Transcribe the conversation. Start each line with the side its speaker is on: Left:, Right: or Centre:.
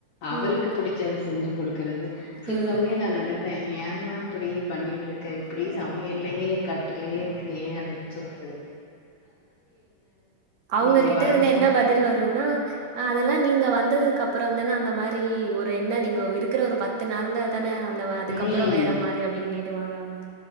Left: அவருக்கு
Right: ம்
Left: புடி ச்சத செஞ்சு கொடுக்கறது சில
Right: ம்
Left: சமயம் நான் நினைப்பேன் ஏம்மா அப்டியே பண்ணிட்டு இருக்க இப்டி சமையலையே கட்டுலேயே இருக்கிறயே அப்டின்னு சொல்ட்டு
Right: அவுங்ககிட்ட
Left: நீங்க வரும்போ
Right: இருந்து என்ன பதில் வரும்னா அதெல்லாம் நீங்க வந்ததுக்கு அப்பறம் தானே அந்த மாரி ஒரு என்ன நீங்க இருக்கிற ஒரு பத்து நாள்ல த்தன அந்த அதுக்கப்பறம்
Left: ம்
Right: வேற மாரி அப்டின்னிடுவாங்க அவங்க